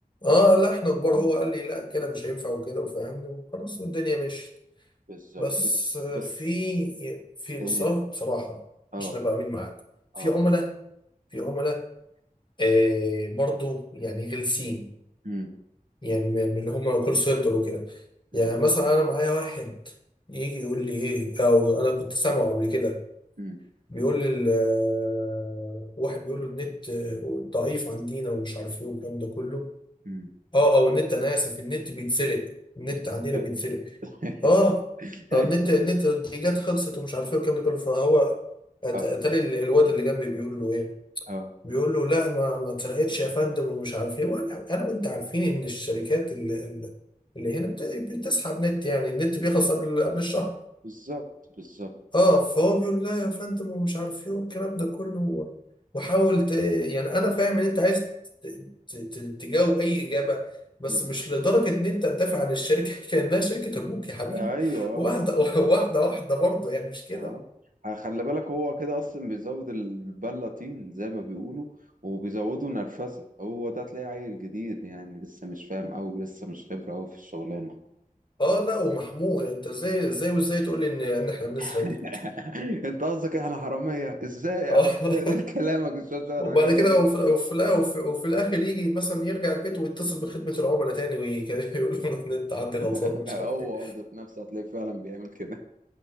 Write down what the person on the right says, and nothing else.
مش هينفع
معمول
بالظبط
بس
بس
ايه
اه
اه
امم
امم
امم
امم
بتسرق
<laughs>
ايوه
اه
اه
بالظبط بالظبط
مم.
ايوه
اه
اه آه. خلي بالك هو كده اصلا بيزود البله طين زي ما بيقولوا وبيزودوا نرفزه هو ده تلاقيه عيل جديد يعني لسه مش فاهم قوي لسه مش خبره قوي في الشغلانه
<laughs>
انت قصدك احنا حراميه ازاي يا
عم
تقلل كلامك الشاشه شعرك
عيال.
<laughs>
هو
ذات نفسه هتلاقيه فعلا بيعمل كده